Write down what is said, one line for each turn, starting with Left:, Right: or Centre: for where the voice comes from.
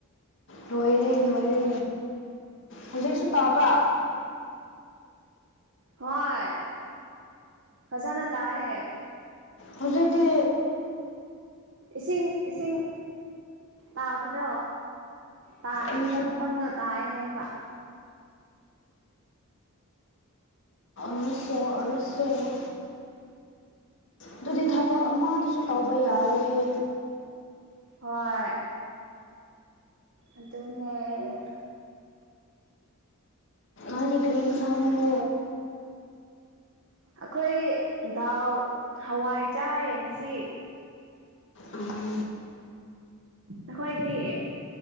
Left: ꯂꯣꯏꯔꯦ ꯂꯣꯏꯔꯦ ꯍꯧꯖꯤꯛꯁꯨ ꯇꯥꯕ꯭ꯔ
Right: ꯍꯣꯏ ꯍꯖꯅ ꯇꯥꯏꯍꯦ
Left: ꯍꯧꯖꯤꯣꯏꯗꯤ
Right: ꯏꯁꯤꯡ ꯏꯁꯤꯡ ꯇꯥꯕꯗꯣ ꯇꯥꯏ
Left: ꯎꯝ
Right: ꯃꯈꯣꯟꯗꯣ ꯇꯥꯏ ꯍꯥꯏꯕ
Left: ꯑ ꯁꯣ ꯑ ꯁꯣ ꯑꯗꯨꯗꯤ ꯊꯕꯛ ꯑꯃꯗꯨꯁꯨ ꯇꯧꯕ ꯌꯥꯔꯣꯏꯍꯦ
Right: ꯍꯣꯏ ꯑꯗꯨꯗꯅꯦꯦꯛ
Left: ꯑꯖꯤ ꯀꯔꯤꯝ ꯁꯥꯡꯗꯣ
Right: ꯑꯈꯣꯏ ꯗꯥꯎ ꯍꯋꯥꯏ ꯆꯥꯏ ꯉꯁꯤ
Left: ꯎꯝ
Right: ꯅꯈꯣꯏꯗꯤ